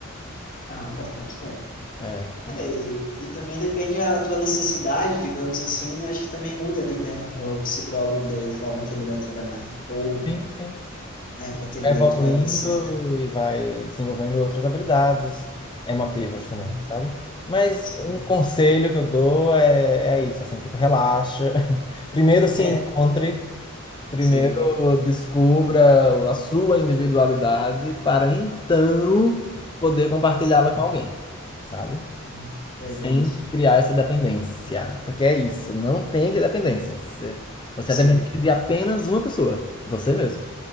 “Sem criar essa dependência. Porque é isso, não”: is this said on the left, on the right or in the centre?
Left